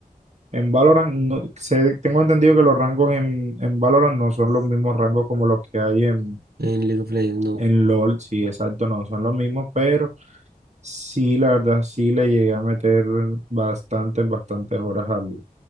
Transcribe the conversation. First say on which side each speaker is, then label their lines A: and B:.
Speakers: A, on the right (about 45°); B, on the right (about 85°).
A: en Valorant, no- sé- tengo entendido que los rangos en, en Valorant no son los mismos rangos como los que hay en,
B: En League of Legends, no.
A: en LOL, sí, exacto, no son los mismos, pero sí, la verdad, sí le llegué a meter bastantes, bastantes horas al,